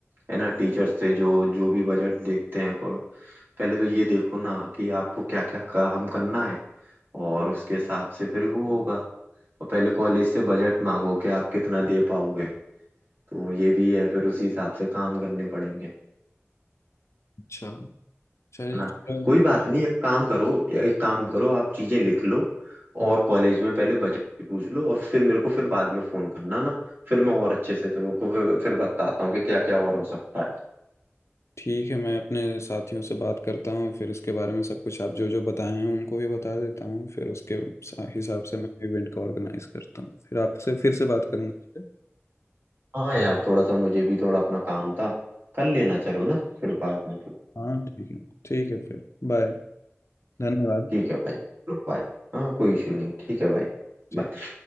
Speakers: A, on the right (about 50°); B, on the left (about 80°).
A: है ना टीचर से जो जो भी बजट देखते हैं को- पहले तो ये देखो ना कि आपको क्या क्या काम करना है और उसके हिसाब से फिर वो होगा और पहले कॉलेज से बजट मांगो कि आप कितना दे पाओगे तो ये भी है फिर उसी हिसाब से काम करने पड़ेंगे
B: अच्छा चलिए
A: है ना
B: तो
A: कोई बात नहीं एक काम करो या एक काम करो आप चीजें लिख लो
B: हाँ,
A: और कॉलेज में पहले बजट की पूछ लो और फिर मेरे को फिर बाद में फोन करना ना फिर मैं और अच्छे से तुमको फिर, फिर बताता हूँ कि क्या क्या और हो सकता है
B: ठीक है मैं अपने साथियों से बात करता हूँ फिर इसके बारे में सब कुछ आप जो जो बताए हैं उनको भी बता देता हूँ फिर उसके सा- हिसाब से मैं इवेंट का ऑर्गेनाइज करता हूँ फिर आपसे फिर से बात करूँगा
A: हाँ यार थोड़ा सा मुझे भी थोड़ा अपना काम था कर लेना चलो ना फिर बाद में फिर
B: हाँ ठीक है ठीक है फिर बाय धन्यवाद
A: ठीक है भाई चलो बाय हाँ कोई इश्यू नहीं ठीक है भाई
B: ठीक
A: Bye.